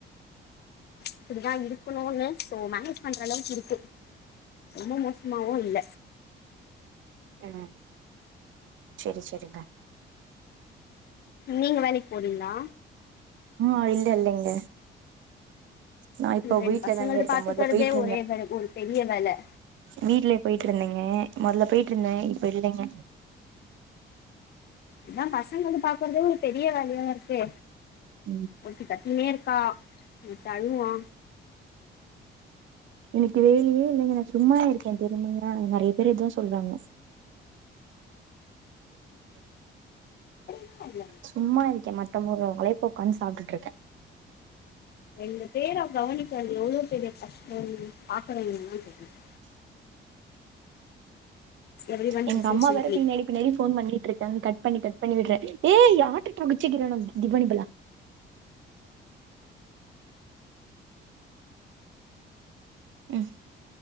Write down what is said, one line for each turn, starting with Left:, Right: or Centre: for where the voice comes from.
Left: இப்டிதா இருக்கணுன்னு சோ மேனேஜ் பண்ற அளவுக்கு இருக்கு ரொம்ப மோசமாவு இல்ல
Right: உம் செரி செரிங்க
Left: நீங்க வேலைக்கு போறீங்ளா
Right: ஆ இல்ல இல்லைங்க நா இப்போ
Left: ரெண்டு
Right: வீட்ல
Left: பசங்கள்ட்ட
Right: தாங்க இருக்கே
Left: பாத்துக்கற்தே
Right: மொதல்ல போயிட்டு
Left: ஒரே வேல ஒரு பெரிய வேல
Right: வீடலயே போயிட்டு இருந்தேங்க மொதல்ல போயிட்டு இருந்தே இப்ப இல்லைங்க
Left: இதா பசங்க வந்து பாக்றதே ஒரு பெரிய வேலையா இருக்கே
Right: ம்
Left: ஒர்த்தி கத்திட்னே இருக்கா ஒர்த்த அழுவா
Right: எனக்கு வேலயே இல்லங்க நா சும்மா இருக்கே தெரியுங்களா நெறைய பேர் இதுவூம் சொல்றாங்க
Left: ஆ இல்ல
Right: சும்மா இருக்கே மத்தவங்க ஒழைப்ப ஒக்கான்னு சாப்ட்டுட்டு இருக்கே
Left: ரெண்டு பேர கவனிகர்த்து எவ்ளோ பெரிய கஷ்டோ பாக்கரவங்களுக்கு தா தெரியு எவ்ரி ஒன்
Right: எங்க
Left: விசஸ்
Right: அம்மா
Left: சிம்ப்ளி
Right: வேற பின்னடி பின்னேடி ஃபோன் பண்ணிட்ருக்காங்க கட் பண்ணி கட் பண்ணி விட்ற ஏ ஆட்டுட்ட குச்சுக்கிறனு திவேனி புல்லா உம்